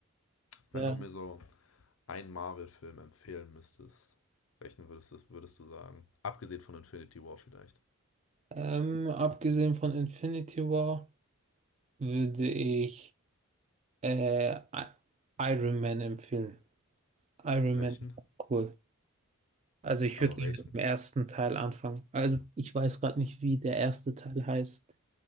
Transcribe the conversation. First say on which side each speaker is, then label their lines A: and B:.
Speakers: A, on the right (about 30°); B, on the left (about 65°).
A: Ja.
B: Wenn du mir so einen Marvel-Film empfehlen müsstest, welchen würdest du, würdest du sagen? Abgesehen von Infinity War vielleicht.
A: Ähm, abgesehen von Infinity War würde ich äh, I- Iron Man empfehlen. Iron
B: Welchen?
A: Man, cool. Also ich
B: Aber
A: würde gerne
B: welchen?
A: mit dem ersten Teil anfangen. Also ich weiß gerade nicht, wie der erste Teil heißt.